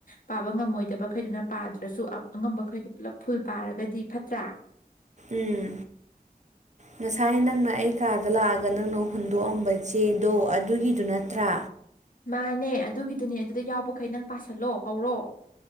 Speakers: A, on the left (about 60°); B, on the right (about 50°).
A: ꯄꯥ ꯉꯝꯃꯣꯏꯗꯕꯩꯗꯨꯅ ꯅ꯭ꯔꯁꯨ ꯑꯉꯝꯕꯈꯩꯗꯨ ꯄꯨꯜꯂꯞ ꯐꯨꯜ ꯄꯥꯔꯒꯗꯤ ꯐꯠꯇ꯭ꯔꯥ
B: ꯎꯝ ꯉꯁꯥꯏ ꯅꯪꯅ ꯑꯩ ꯀꯥ ꯗ ꯂꯥꯛꯑꯒ ꯅꯪꯅ ꯍꯨꯟꯗꯣꯛꯑꯝꯕ ꯆꯦꯗꯣ ꯑꯗꯨꯒꯤꯗꯨ ꯅꯠꯇ꯭ꯔꯥ
A: ꯃꯥꯅꯦ ꯑꯗꯨꯒꯤꯗꯨꯅꯦ ꯑꯗꯨꯗ ꯌꯥꯎꯕꯈꯩ ꯅꯪ ꯄꯁꯤꯜꯂꯣ ꯍꯧꯔꯣ